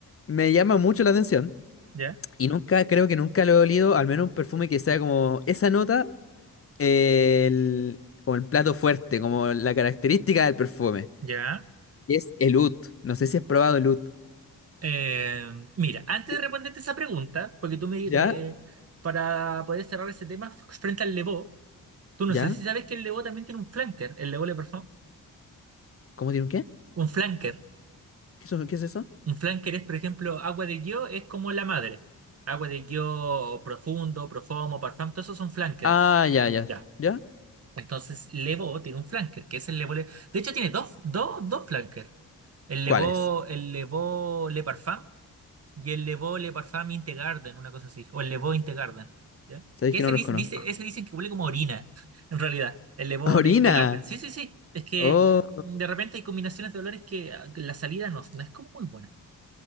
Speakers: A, on the left; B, on the right.
A: me llama mucho la atención
B: ya,
A: y nunca, creo que nunca lo he olido, al menos un perfume que sea como esa nota, eh, el- como el plato fuerte, como la característica del perfume,
B: ya.
A: que es el oud. No sé si has probado el oud.
B: Eh, mira, antes
A: Sí,
B: de responderte esa pregunta, porque tú me,
A: ¿Ya?
B: me- para poder cerrar ese tema f- frente al Levó, tú no
A: ¿Ya?
B: sé si sabes que el Levó también tiene un flanker, el Levó le Parfum,
A: ¿Cómo tiene un qué?
B: un flanker.
A: ¿Qué, eso- qué es eso?
B: Un flanker es, por ejemplo, agua de guio es como la madre. Agua de guio profundo, profumo, parfum, todos esos son flankers.
A: Ah, ya, ya.
B: Ya.
A: ¿Ya?
B: Entonces, Levó tiene un flanker, que es el Levó. Le- De hecho, tiene dos, dos, dos flankers. El
A: ¿Cuáles?
B: Levó, el Levó Le Parfum y el Levó Le Parfum Integarden, una cosa así. O el Levó Integarden, ¿Ya?
A: Sabéis
B: Que
A: que
B: ese
A: no
B: dice,
A: los conozco.
B: dice- ese dicen que huele como orina, <laughs> en realidad. El Levó
A: <laughs> ¡Orina!
B: de, de Garden. Sí, sí, sí. Es que
A: Oh,
B: de repente hay combinaciones de olores que ah, que la salida no, no es como muy buena.